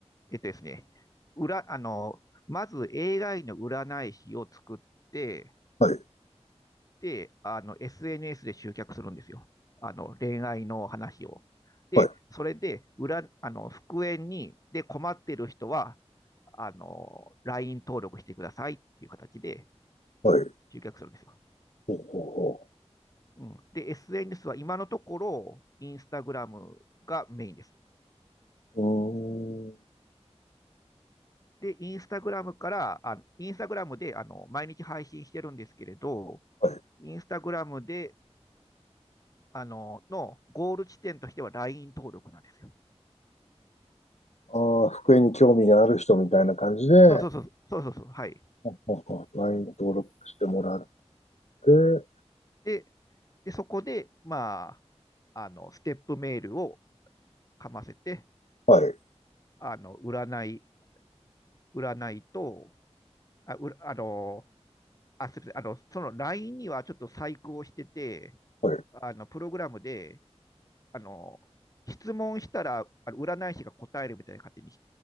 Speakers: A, on the left (about 30°); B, on the left (about 80°).
A: えっとですね。裏、あの、まず AI の占い師を作って、
B: はい、
A: で、あの、SNS で集客するんですよ。あの、恋愛の話を。で、
B: はい、
A: それで、裏、あの、復縁に、で、困ってる人は、あの、LINE 登録してくださいっていう形で
B: はい。
A: 集客するんですよ。
B: ほうほう
A: うん。で、SNS は今のところ、インスタグラムがメインです。
B: ほう。うーん、
A: で、インスタグラムから、あインスタグラムで、あの、毎日配信してるんですけれど、
B: はい。
A: インスタグラムで、あの、のゴール地点としては LINE 登録なんですよ。
B: ああ、復縁に興味がある人みたいな感じで、
A: そうそうそう、そうそうそう、はい。
B: ほうほうほう LINE 登録してもらっえー、
A: で、で、そこで、まあ、あの、ステップメールをかませて、
B: はい、
A: あの、占い、占いと、あ、うら、あの、あ、すみません、あの、その LINE にはちょっと細工をしてて、
B: はい、
A: あの、プログラムで、あの、質問したら、あの占い師が答えるみたいな感じに